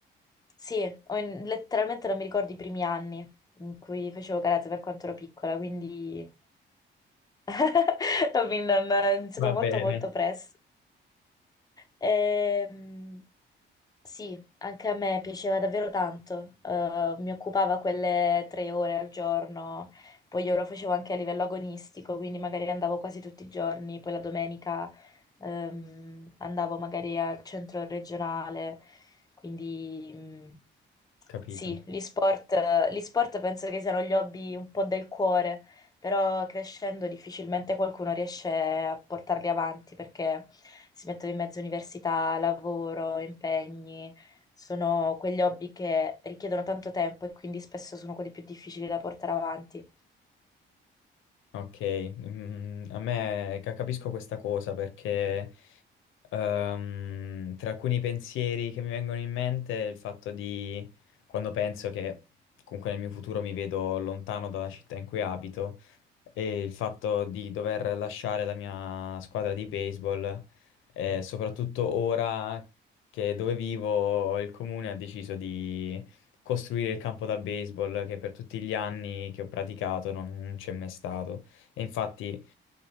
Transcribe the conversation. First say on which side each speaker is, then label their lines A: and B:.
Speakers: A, on the left; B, on the left.
A: sì, ho in- letteralmente non mi ricordo i primi anni in cui facevo karate per quanto ero piccola, quindi <laughs> ho iniziato
B: Va
A: molto
B: bene.
A: molto presto. Ehm, Sì, anche a me piaceva davvero tanto. Eh, mi occupava quelle tre ore al giorno, poi io lo facevo anche a livello agonistico, quindi magari andavo quasi tutti i giorni, poi la domenica ehm, andavo magari al centro regionale, quindi mm,
B: Capito.
A: sì, gli sport, eh, gli sport penso che siano gli hobby un po' del cuore però crescendo difficilmente qualcuno riesce a portarli avanti perché si mettono in mezzo università, lavoro, impegni, sono quegli hobby che richiedono tanto tempo e quindi spesso sono quelli più difficili da portare avanti.
B: Ok, mm, a me ca- capisco questa cosa perché Ehm, tra alcuni pensieri che mi vengono in mente è il fatto di quando penso che comunque nel mio futuro mi vedo lontano dalla città in cui abito e il fatto di dover lasciare la mia squadra di baseball, eh, soprattutto ora che dove vivo il comune ha deciso di costruire il campo da baseball che per tutti gli anni che ho praticato non c'è mai stato. E infatti